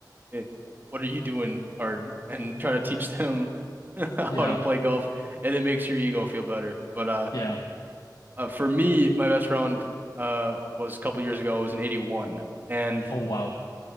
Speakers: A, on the right; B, on the left.
A: it, what are you doing card and try to teach them <laughs> how
B: Yeah.
A: to play golf, and it makes your ego feel better. But uh,
B: Yeah.
A: uh for me, my best round uh was a couple years ago. It was an 81, and
B: Oh wow.